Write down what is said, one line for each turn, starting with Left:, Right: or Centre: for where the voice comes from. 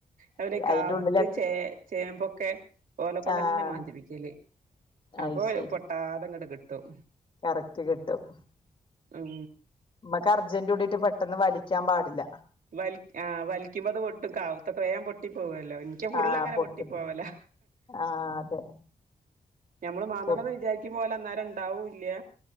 Right: അവോലെ കാവുത്ത്,
Left: അയിന്റെ ഉള്ളിൽ എത്ര
Right: ചേ ചേമ്പൊക്കെ ഓലെ കൊണ്ടെന്ന
Left: ആഹ്
Right: മാന്തിപ്പിക്കല്
Left: അത്
Right: അപ്പൊ
Left: ശരി
Right: പൊട്ടാതങ്ങട് കി ട്ടും
Left: കറക്റ്റ് കിട്ടും
Right: ഉം
Left: മ്മക്ക് അർജന്റൂടീട്ട് പെട്ടെന്ന് വലിക്കാം പാടില്ല
Right: വൽ ആ വൽക്കിമ്പത് പൊട്ടും കാവുത്തൊക്ക വേം പൊട്ടി പോവെ ല്ലോ ഇൻക്ക് ഫുള്ളങ്ങനെ
Left: ആഹ് പൊട്ടുമ്പോ
Right: പൊട്ടി പോവലാ
Left: ആഹ് അതെ
Right: ഞമ്മള് മാന്തണന്ന്
Left: പൊ
Right: വിജാരിക്കുമ്പോലന്നാ ണ്ടാവൂല്ല്യ